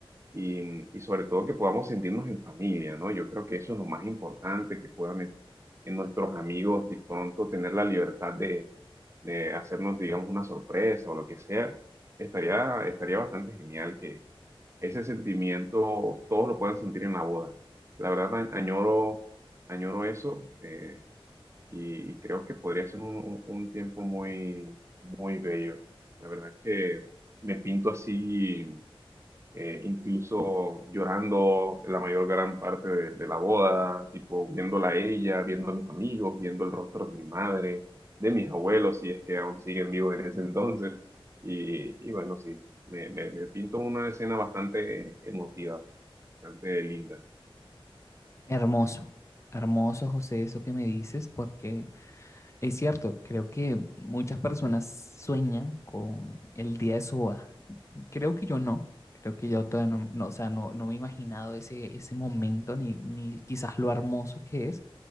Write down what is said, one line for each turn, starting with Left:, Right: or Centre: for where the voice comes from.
Right: Y, mm, y sobre todo que podamos sentirnos en familia, ¿no? Yo creo que eso es lo más importante, que puedan en, en nuestros amigos de pronto tener la libertad de, de hacernos, digamos, una sorpresa o lo que sea. Estaría, estaría bastante genial que ese sentimiento todos lo puedan sentir en la boda. La verdad, a- añoro, añoro eso. eh, y, y creo que podría ser un, un- un tiempo muy, muy bello. La verdad es que me pinto así, eh, incluso llorando la mayor gran parte de, de la boda, tipo viéndola a ella, viendo a mis amigos, viendo el rostro de mi madre, de mis abuelos, si es que aún siguen vivos en ese entonces. Y, y bueno, sí, me, me, me pinto una escena bastante emotiva, bastante linda.
Left: Hermoso, hermoso, José, eso que me dices, porque es cierto, creo que muchas personas sueñan con el día de su boda, Creo que yo no, creo que yo todavía no, no, o sea, no, no me he imaginado ese, ese momento ni, ni quizás lo hermoso que es.